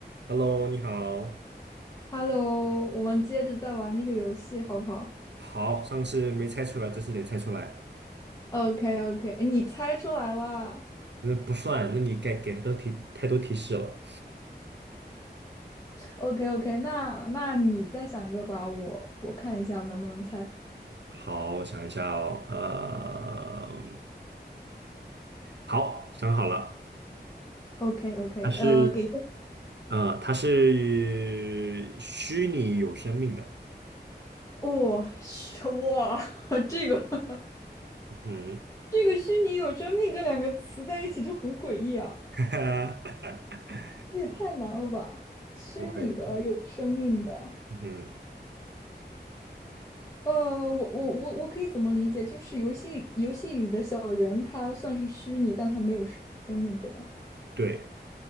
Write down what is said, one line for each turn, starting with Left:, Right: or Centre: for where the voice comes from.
Right: Hello，你好。
Left: Hello，我们接着再玩那个游戏，好不好
Right: 好，上次没猜出来，这次得猜出来。
Left: ？OK OK，你猜出来了。
Right: 那不算，那你该给他都提太多提示了。
Left: OK OK，那那你再想一个吧，我我看一下能不能猜。
Right: 好，我想一下哦。呃，好，想好了，
Left: OK OK，
Right: 它是
Left: 呃，给一个
Right: 呃，它是虚拟有生命的。
Left: 哦，虚哇，<laughs> 这个 <laughs>
Right: 嗯
Left: 这个虚拟有生命这两个词在一起就很诡异啊，
Right: <laughs>
Left: 这也太难了吧？虚拟的有生命的，
Right: 不会。嗯，
Left: 呃，我我我我可以怎么理解？就是游戏游戏里的小人，他算是虚拟，但他没有生生命，对吧？
Right: 对。